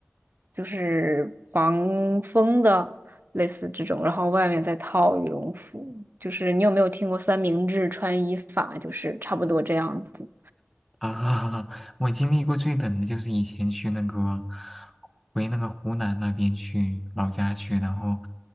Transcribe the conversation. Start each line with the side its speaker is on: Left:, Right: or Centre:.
Right: 就是防风的类似这种，然后外面再套羽绒服。就是你有没有听过三明治穿衣法？就是差不多这样子。
Centre: <laughs> 啊，我经历过最冷的就是以前去那个回那个湖南那边去老家去，然后